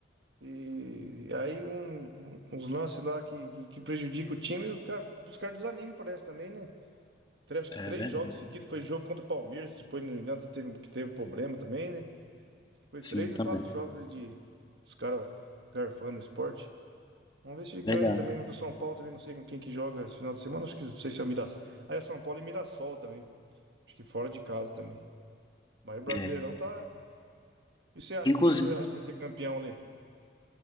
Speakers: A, on the right (about 70°); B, on the left (about 25°).
A: e aí um- um- uns lances lá que, que, que prejudica o time, o cara, os caras desanimam, parece também, né? Tre- Acho que três
B: É verdade.
A: jogos seguidos, foi jogo contra o Palmeiras, depois, não me engano, se teve, que teve problema também, né? Foi
B: Sim,
A: três
B: também.
A: ou quatro jogos aí de dos caras garfando o esporte. Vamos ver se ganha
B: Verdade.
A: também. O São Paulo também, não sei com quem que joga esse final de semana. Acho que não sei se é o Mirassol. Ah, é São Paulo e Mirassol também. Acho que fora de casa também. Mas o Brasileirão
B: É.
A: tá. E você acha?
B: inclusive
A: Quem que você acha que vai ser campeão ali?